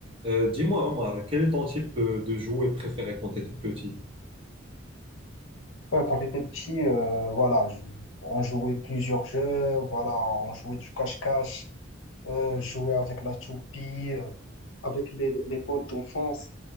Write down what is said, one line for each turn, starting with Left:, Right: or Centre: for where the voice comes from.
Right: Euh, dis-moi, Omar, quel est ton type euh, de jouet préféré quand tu étais petit?
Left: Ouais, quand j'étais petit, euh, voilà, je- on jouait plusieurs jeux, voilà, on jouait du cache-cache, euh, jouait avec la toupie, euh, avec les, les les potes d'enfance.